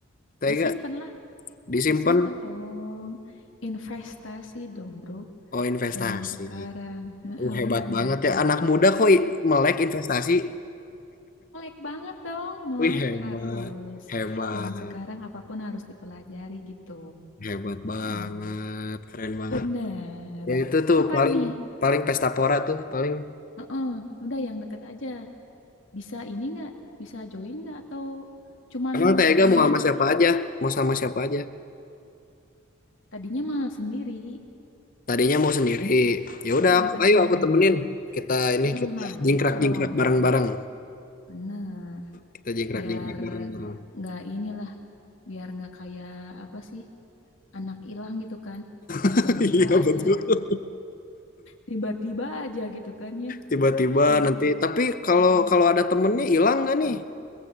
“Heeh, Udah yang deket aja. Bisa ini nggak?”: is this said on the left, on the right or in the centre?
Left